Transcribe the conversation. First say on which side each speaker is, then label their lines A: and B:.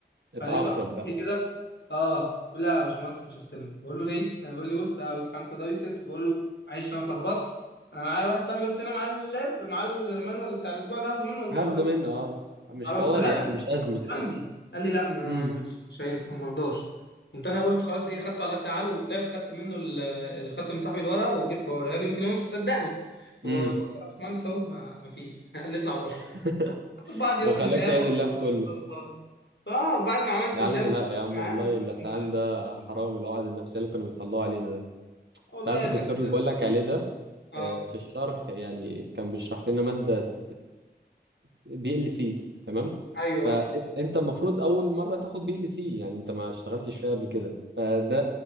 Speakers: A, on the right; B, on the left.
A: اتعفرب
B: فلقيته عمال يقول
A: بقى
B: لي كده اه لا يا باشمهندس مش هستلم بقول له ليه؟ بيقول لي بص ده ويك خمسه ده ويك سته بقول له معلش انا اتلخبطت انا معايا واحد صاحبي بس هنا معاه اللاب معاه المانوال بتاع الاسبوع ده هاخده منه واجيبه
A: هاخده
B: لحضرتك
A: منه اه مش
B: على
A: حوار
B: طول ده
A: يعني
B: جنبي
A: مش ازمه
B: جنبي قال لي لا ما
A: امم
B: مش مش هينفع ما رضاش قمت انا قلت خلاص ايه خدته على قد عقله وطلعت خدت منه ال- خدت من صاحبي الورقه وجيت بوريها له يمكن هو مش مصدقني فبقول
A: امم
B: له يا باشمهندس اهو ما ما فيش <laughs> قال لي اطلع بره
A: <laughs>
B: خد بعض ياخد
A: وخلاك
B: اللاب
A: تعيد
B: واخد
A: اللاب
B: بعض
A: كله
B: طالع اه بعد ما عملت
A: يا
B: اللاب
A: عم لا
B: وقعدت
A: يا عم
B: معاه
A: والله اللسعان
B: كان طيب
A: ده حرام العقد النفسية اللي كانوا بيطلعوا علينا ده
B: آه، والله
A: انت عارف الدكتور
B: كانت
A: اللي بقول لك عليه ده
B: اه
A: آه، في الشرح يعني كان بيشرح لنا مادة بي ال سي تمام
B: ايوه
A: فانت
B: آه.
A: المفروض اول مرة تاخد بي ال سي يعني انت ما اشتغلتش فيها قبل كده فده